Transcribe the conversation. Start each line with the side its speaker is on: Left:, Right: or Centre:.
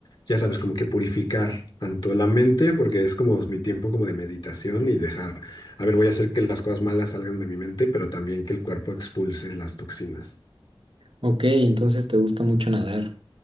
Left: ya sabes, como que purificar tanto la mente, porque es como mi tiempo como de meditación y dejar, a ver, voy a hacer que las cosas malas salgan de mi mente, pero también que el cuerpo expulse las toxinas.
Right: Ok, entonces te gusta mucho nadar.